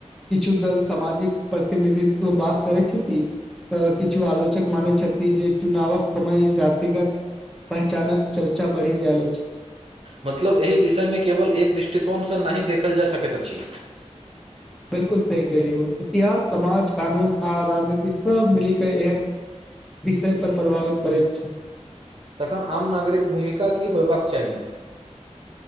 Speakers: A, in the centre; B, on the right.
A: किछु दल सामाजिक प्रतिनिधित्व बात करै छथि। तऽ किछु आलोचक मने छथि। जे चुनावक समय जतिगत पहचानक चर्चा बढ़ि जाल छै।
B: मतलब एहि विषयमे केवल एक दृष्टिकोणसँ नहि देखल जा सकैत अछि।
A: बिलकुल सही कलियौ इतिहास समाज कानून आ राजनीति सभ मिली के एक विषय पर प्रभावित करैत छै।
B: तखन आम नागरिक भूमिका की होयबाक चाही